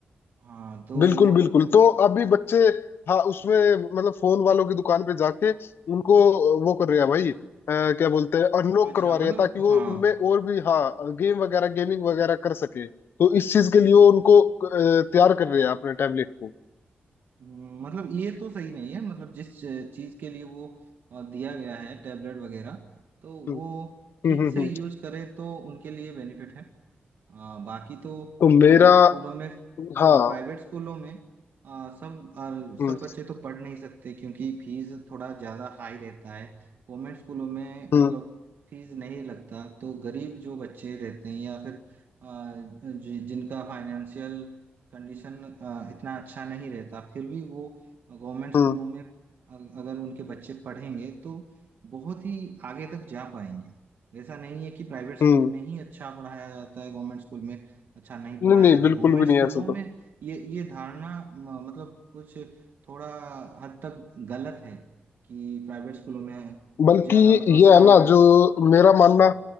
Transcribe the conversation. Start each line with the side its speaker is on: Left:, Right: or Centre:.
Right: हाँ तो
Left: बिल्कुल
Right: वो
Left: बिल्कुल
Right: लोग
Left: तो अभी बच्चे हाँ उसमें मतलब फोन वालों की दुकान पे जाके उनको वो कर रहे हैं भाई अ, क्या बोलते हैं अनलॉक
Right: अच्छा
Left: करवा
Right: मतलब
Left: रहे हैं ताकि वो
Right: हाँ
Left: उनमें और भी हाँ गेम वगैरह गेमिंग वगैरह कर सके तो इस चीज के लिए वो उनको अ, तैयार कर रहे हैं अपने टैबलेट को
Right: हम्म, मतलब ये तो सही नहीं है मतलब जिस चीज के लिए वो अ, दिया गया है टेबलेट वगैरह तो वो
Left: हम्म
Right: ठीक
Left: हम्म हम्म
Right: से
Left: हम्म।
Right: यूज करें तो उनके लिए बेनिफिट है आ, बाकी तो
Left: तो मेरा
Right: प्राइवेट स्कूलों में
Left: हाँ
Right: देखो प्राइवेट स्कूलों में आ, सब आ,
Left: हम्म
Right: सब बच्चे तो पढ़ नहीं सकते क्योंकि फीस थोड़ा ज़्यादा हाई रहता है कॉन्वेंट स्कूलों में
Left: हम्म
Right: मतलब फीस नहीं लगता तो गरीब जो बच्चे रहते हैं या फिर आ, जि, जिनका फाइनेंशियल कंडीशन इतना अच्छा नहीं रहता फिर भी वो गवर्नमेंट स्कूलों
Left: हम्म
Right: में अ- अगर उनके बच्चे पढ़ेंगे तो बहुत ही आगे तक जा पाएंगे ऐसा नहीं है कि प्राइवेट स्कूल
Left: हम्म।
Right: में ही अच्छा पढ़ाया जाता है गवर्नमेंट स्कूल में अच्छा नहीं पढ़ाया
Left: नहीं नहीं
Right: जाता
Left: बिल्कुल
Right: गवर्नमेंट
Left: भी
Right: स्कूलों
Left: नहीं ऐसा
Right: में
Left: तो
Right: ये ये धारणा म- मतलब कुछ थोड़ा हद तक गलत है कि प्राइवेट स्कूलों में
Left: बल्कि
Right: ज्यादा मतलब
Left: ये
Right: स्टैंडर्ड
Left: है ना जो मेरा मानना
Right: हाँ